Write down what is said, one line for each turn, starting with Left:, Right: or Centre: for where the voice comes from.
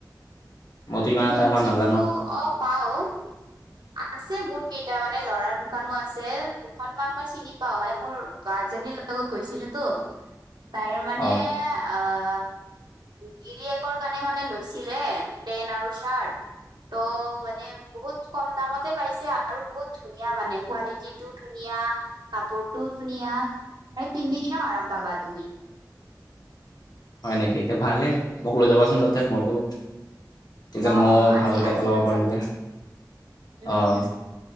Left: <inaudible>
Right: ফেঞ্চিততো
Left: এটা ইমান নাজানো
Right: অ', পাওঁ, আছে বহুত কেইটা মানে ল'ৰা দোকানো আছে, দুখন মান মই চিনি পাওঁ। মানে মোৰ বা'জনীৰ লগত গৈছিলো তো। তাইৰ মানে
Left: অ
Right: অ', অ', গিৰিয়েকৰ কাৰণে মানে লৈছিলে পেণ্ট আৰু চাৰ্ট। ত' মানে বহুত কম দামতে পাইছে আৰু বহুত ধুনীয়া মানে কোৱালিটিটো। ধুনীয়া, কাপোৰটোও ধুনীয়া আৰু পিন্ধি কিনেও আৰাম পাবা তুমি।
Left: হয় নেকি? তে ভালে মোক লৈ যাবাচোন, মইতো তেতিয়া
Right: অ
Left: মই
Right: অ আজি
Left: ভালকে
Right: আজি
Left: এটা ল'ব
Right: লৈ
Left: পাৰিমগৈ।
Right: যাম দিয়া উম
Left: অ'
Right: উম